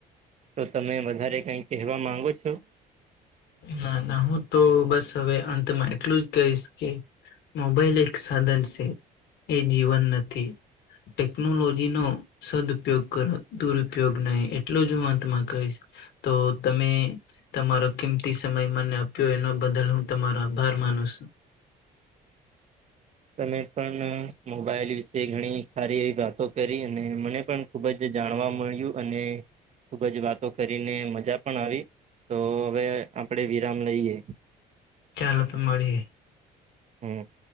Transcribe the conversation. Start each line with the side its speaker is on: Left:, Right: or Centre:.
Right: તો તમે વધારે કઈ કહેવા માંગો છો?
Left: ના ના હું તો બસ હવે અંતમાં એટલું જ કહીશ કે મોબાઈલ એક સાધન સે એ દીવન નથી ટેકનોલોજીનો સદઉપયોગ કરો દુરુપયોગ નહી એટલુ જ હું અંતમાં કહીશ તો તમે તમારો કિમ તી સમય મને આપ્યો એના બદલ હું તમારો આભાર માનું સુ.
Right: તમે પણ મોબાઈલ વિશે ઘણી સારી એવી વાતો કરી અને મને પણ ખુબ જ જાણવા મળ્યું અને ખુબ જ વાતો કરીને મજા પણ આવી. તો હવે આપડે વિરામ લઈએ.
Left: ચાલો તો મળીએ.
Right: હે